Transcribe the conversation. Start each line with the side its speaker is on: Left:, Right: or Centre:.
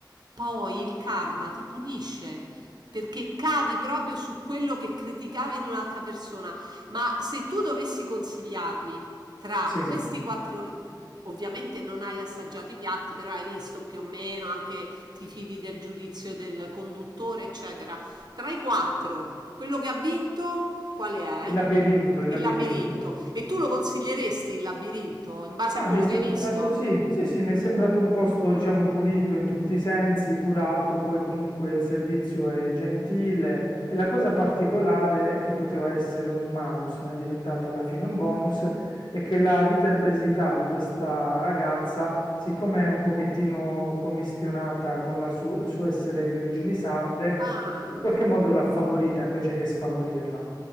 Right: poi il karma ti punisce. Perché cadi proprio su quello che criticavi in un'altra persona. Ma se tu dovessi consigliarmi tra
Left: Sì,
Right: Sì. questi quattro, ri- ovviamente non hai assaggiato i piatti, però hai visto più o meno, anche ti fidi del giudizio del conduttore, eccetera. Tra i quattro, quello che ha vinto, quale è?
Left: il labirinto, il
Right: Il
Left: labirinto.
Right: labirinto. E tu lo consiglieresti il labirinto in base
Left: Ah,
Right: a quello
Left: mi è sembrato,
Right: che hai visto?
Left: sì, sì, sì, mi è sembrato un posto,
Right: Mm.
Left: diciamo, pulito in tutti i sensi, curato, poi comunque il servizio è gentile e la cosa particolare che poteva essere un malus, ma è diventato alla fine un bonus, è che la viterbesità di questa ragazza, siccome è un pochettino commistionata con la su- il suo essere di origini sarde,
Right: Ah,
Left: in qualche modo l'ha favorita invece che sfavorirla.